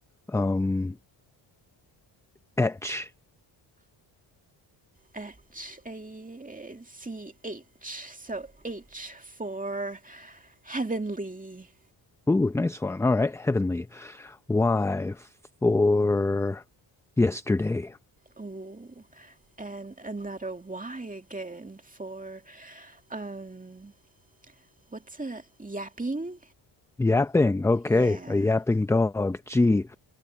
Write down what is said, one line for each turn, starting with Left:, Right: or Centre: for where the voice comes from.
Centre: Um, etch.
Right: H A C H. So H for heavenly.
Centre: Ooh, nice one. All right, heavenly. Y for yesterday.
Right: Oh, and another Y again for um what's a yapping?
Centre: Yapping. Okay,
Right: Yeah,
Centre: a yapping dog. G.